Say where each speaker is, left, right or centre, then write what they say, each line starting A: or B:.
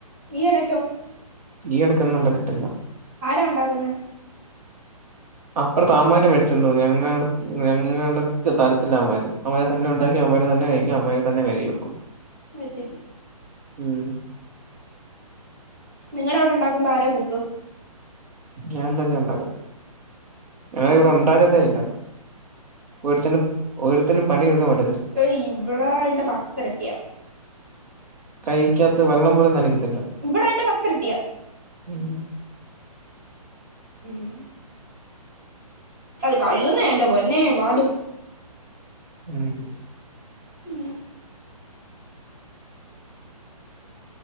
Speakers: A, on the right (about 30°); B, on the right (about 75°).
A: നീ എടയ്ക്കോ
B: ഈയിടയ്ക്ക് ഒന്നും പറ്റത്തില്ല
A: ആരാ ഉണ്ടാക്കുന്ന
B: അപ്പുറത്തെ അമാര് മേടിചൊണ്ടും ഞങ്ങ ഞങ്ങക്ക് തരത്തില അമാര് അമ്മര് തന്നെ ഉണ്ടാക്കി അമ്മര് തന്നെ കഴിക്കും അമ്മര് തന്നെ കരി വെക്കും
A: അ ശരി
B: ഉം
A: നിങ്ങളെവിടെ ഉണ്ടാക്കും പാര കുക്ക്
B: ഞാൻ തന്നെ ഉണ്ടാക്കുന്നു ഞങ്ങള
A: ഉം.
B: ഇവിടെ ഉണ്ടാകത ഇല്ല ഒരുത്തനും <unintelligible> പണെടുക്കൻതി
A: ഏ ഇവടെ അതിന്റെ പത്തരട്ടിയാ
B: കയിക്കാത്ത വെള്ളം പോലും നനക്കതി
A: ഇവിട അയിന്റെ പത്തിരട്ടിയാ
B: ഉം
A: ഉം അത് കഴുകുന്നേ എൻ്റെ പൊന്നേ പാടു
B: ഉം
A: ഉ